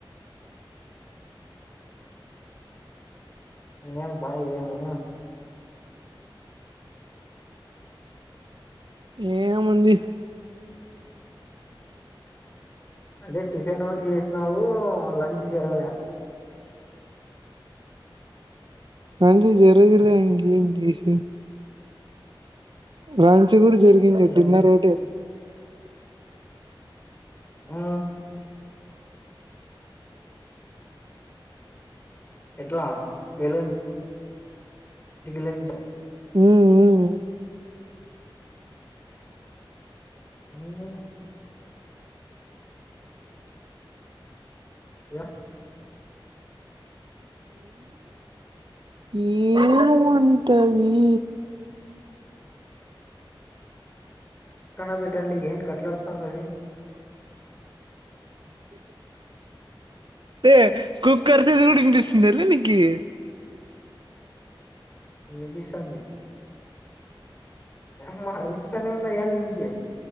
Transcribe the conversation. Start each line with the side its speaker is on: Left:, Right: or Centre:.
Left: ఏం బాయ ఏమి
Right: ఏముంది
Left: అంటే టిఫిన్ ఒకటి చేసినావు లంచ్ జరగల
Right: అంత జరగిలే ఇంగ ఇంగ్లీష్ రాంచి కూడా జరిగింది
Left: మ్మ్
Right: డిన్నర్ ఒకటే
Left: ఆ ఎట్లా బెలూన్స్ <unintelligible>
Right: ఉమ్ ఉమ్
Left: అమ్ యా
Right: ఏనుమంటవి
Left: కనబేటల్లి ఏం కట్లాడతాందది
Right: ఏ కుక్కర్స్ ఇజీల్ ఇనిపిస్తుందిలే నికి ఇది
Left: ఇ బిసాన్ని అమ్మ రుత్తనే ఉందా ఏళ్ళ నుంచి